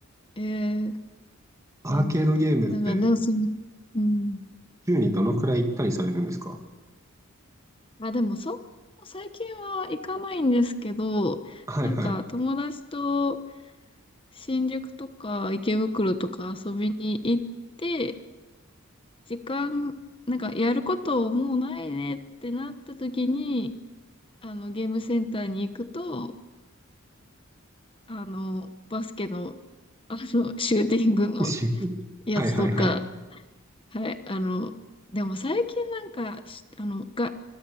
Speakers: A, on the left (about 25°); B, on the right (about 15°).
A: ええ
B: アーケードゲームって
A: なんて言うんだろう。なんか、なんかその、うん。
B: 週にどのくらい行ったりされるんですか
A: あ、でもそ最近は行かないんですけど、
B: はいは
A: なんか友達と新宿とか池袋とか遊びに行って、時間、なんかやることもうないねってなった時に、あのゲームセンターに行くと、あの、バスケの、あの、シューティングの
B: い。し
A: やつとか、
B: はいはいはい。
A: はい、あの、でも最近なんか、しあの、が、